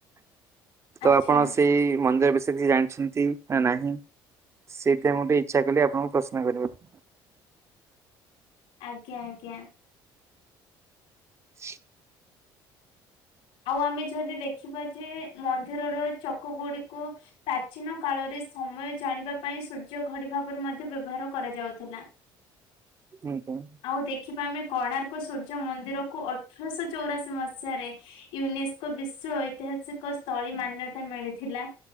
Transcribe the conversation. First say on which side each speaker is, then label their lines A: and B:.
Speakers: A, on the right; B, on the left.
A: ତ
B: ଆଚ୍ଛା
A: ଆପଣ ସେଇ ମନ୍ଦିର ବିଷୟରେ କିଛି ଜାଣିଛନ୍ତି ନା ନାହିଁ? ସେଇଥିପାଇଁ ମୁଁ ଟିକେ ଇଚ୍ଛା କଲି ଆପଣଙ୍କୁ ପ୍ରଶ୍ନ କରିବାକୁ।
B: ଆଜ୍ଞା, ଆଜ୍ଞା।
A: <inaudible>
B: ଆଉ ଆମେ ଯଦି ଦେଖିବା ଯେ, ମନ୍ଦିରର ଚକ ଗୁଡିକୁ ପ୍ରାଚୀନ କାଳରେ ସମୟ ଜାଣିବା ପାଇଁ ସୂର୍ଯ୍ୟ ଘଡ଼ି ଭାବରେ ମଧ୍ୟ ବ୍ୟବହାର କରାଯାଉଥିଲା।
A: ଆଜ୍ଞା।
B: ଆଉ ଦେଖିବା ଆମେ କୋଣାର୍କ ସୂର୍ଯ୍ୟ ମନ୍ଦିର କୁ ଅଠରଶ ଚୌରାଶି ମସିହାରେ ୟୁନେସ୍କୋ ବିଶ୍ୱ ଐତିହାସିକ ସ୍ଥଳୀ ମାନ୍ୟତା ମିଳିଥିଲା।